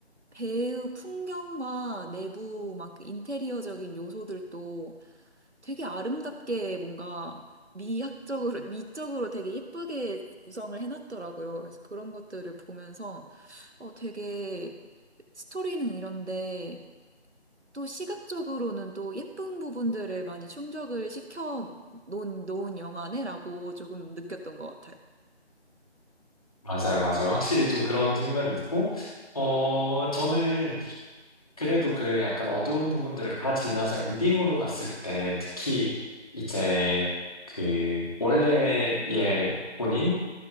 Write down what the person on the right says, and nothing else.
배의 풍경과 내부 막 인테리어적인 요소들도 되게 아름답게 뭔가 미학적으로, 미적으로 되게 예쁘게 구성을 해놨더라고요. 그래서 그런 것들을 보면서 어, 되게 스토리는 이런데 또 시각적으로는 또 예쁜 부분들을 많이 충족을 시켜 놓은, 놓은 영화네라고 조금 느꼈던 것 같아요.